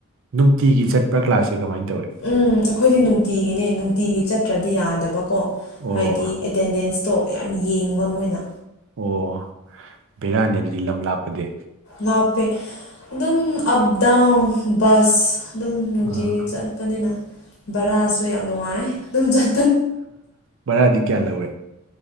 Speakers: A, on the right (about 60°); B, on the left (about 55°).
A: ꯅꯨꯡꯇꯤꯒꯤ ꯆꯠꯄ꯭ꯔꯥ ꯀ꯭ꯂꯥꯁꯥꯁꯦ ꯀꯃꯥꯏꯅ ꯇꯧꯦ
B: ꯎꯝ ꯑꯩꯈꯣꯏꯗꯤ ꯅꯨꯡꯇꯤꯒꯤꯅꯦ ꯅꯨꯡꯇꯤꯒꯤ ꯆꯠꯇ꯭ꯔꯗꯤ ꯌꯥꯗꯕ ꯀꯣ
A: ꯑꯣ
B: ꯍꯥꯏꯗꯤ ꯑꯦꯇꯦꯟꯗꯦꯟꯁꯇꯣ ꯌꯥꯝ ꯌꯦꯡꯕ ꯃꯣꯏꯅ
A: ꯑꯣ ꯕꯕꯤꯔꯥꯅꯤ ꯑꯗꯨꯗꯤ ꯂꯝ ꯂꯥꯞꯄꯗꯤ
B: ꯅꯥꯞꯄꯦ ꯑꯗꯨꯝ ꯑꯞ ꯗꯥꯎꯟ ꯕꯁ ꯑꯗꯨꯝ ꯅꯨꯡꯇꯤꯒꯤ
A: ꯑꯥ
B: ꯆꯠꯄꯅꯤꯅ ꯕꯔꯥꯁꯨ ꯌꯥꯝ ꯅꯨꯡꯉꯥꯏ ꯑꯗꯨꯝ ꯆꯠ
A: ꯃꯔꯗꯤ ꯀꯌꯥ ꯂꯧꯧꯋꯦ